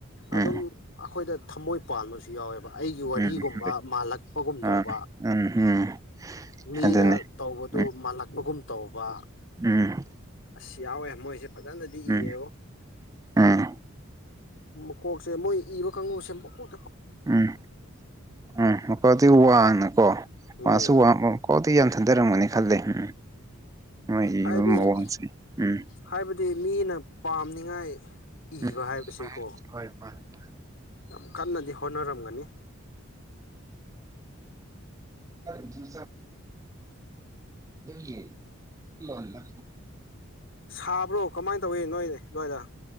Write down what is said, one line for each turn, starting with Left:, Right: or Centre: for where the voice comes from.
Right: ꯎꯝ
Left: ꯑꯗꯨꯝ ꯑꯩꯈꯣꯏꯗ ꯊꯝꯃꯣꯏ ꯄꯥꯟꯕꯁꯨ ꯌꯥꯎꯋꯦꯕ ꯑꯩꯒꯤ ꯋꯥꯔꯤꯒꯨꯝꯕ
Right: ꯎꯝ ꯍꯣꯏ
Left: ꯃꯥꯜꯂꯛꯄꯒꯨꯝ
Right: ꯑꯥ
Left: ꯇꯧꯕ
Right: ꯎꯝ ꯎꯝ
Left: ꯃꯤꯅ
Right: ꯑꯗꯨꯅꯦ
Left: ꯇꯧꯕꯗꯨ
Right: ꯎꯝ
Left: ꯃꯥꯜꯂꯛꯄꯒꯨꯝ ꯇꯧꯕ
Right: ꯎꯝ
Left: ꯑꯁ ꯌꯥꯎꯋꯦ ꯃꯣꯏꯁꯦ ꯐꯖꯅꯗꯤ
Right: ꯎꯝ
Left: ꯏꯌꯦꯕ
Right: ꯎꯝ
Left: ꯃꯀꯣꯛꯁꯦ ꯃꯣꯏ ꯏꯕ ꯀꯥꯡꯒꯨꯁꯦ ꯃꯀꯣꯛ
Right: ꯎꯝ ꯎꯝ ꯃꯈꯗꯤ ꯋꯥꯡꯅꯀꯣꯁꯨ
Left: ꯎꯝ
Right: ꯋꯥ ꯁꯤ ꯌꯥꯝ ꯊꯟꯊꯔꯝꯒꯅꯤ ꯈꯂꯦ ꯎꯝ ꯃꯣꯏ
Left: ꯍꯥꯏꯗꯤ
Right: ꯏꯕ ꯃꯑꯣꯡꯁꯦ ꯎꯝ
Left: ꯍꯥꯏꯕꯗꯤ ꯃꯤꯅ ꯄꯥꯝꯅꯤꯉꯥꯏ ꯏꯕ
Right: ꯎꯝ
Left: ꯍꯥꯏꯕꯁꯤꯀꯣ
Right: ꯍꯣꯏ ꯃꯥꯅꯦ ꯃꯥꯅꯦ
Left: ꯌꯥꯝ ꯀꯟꯅꯗꯤ ꯍꯣꯠꯅꯔꯝꯒꯅꯤ
Right: ꯈ ꯑꯗꯨ ꯌꯦ ꯂ ꯂ
Left: ꯁꯥꯕ꯭ꯔꯣ ꯀꯃꯥꯏꯅ ꯇꯧꯏꯤ ꯅꯣꯏ ꯅꯣꯏꯏꯔ